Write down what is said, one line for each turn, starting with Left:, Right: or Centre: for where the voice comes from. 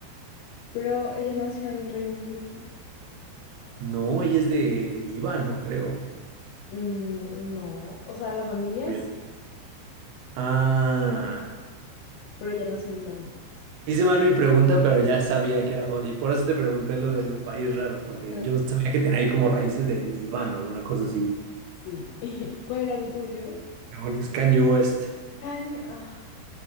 Left: Pero ella nació en Reino Unido.
Right: No, ella es de Líbano, creo.
Left: Mm, no, o sea, la familia
Right: Oye.
Left: sí,
Right: Ah.
Left: pero ella nació en Londres.
Right: Hice mal mi pregunta, pero ya sabía que era Dua Lipa. Por eso te pregunté lo del país raro, porque
Left: <laughs>
Right: yo sabía que tenía ahí como raíces de Líbano o una cosa así.
Left: Sí. <laughs> ¿Cuál era el tuyo?
Right: Demonios, Kanye West.
Left: Kanye. Ah,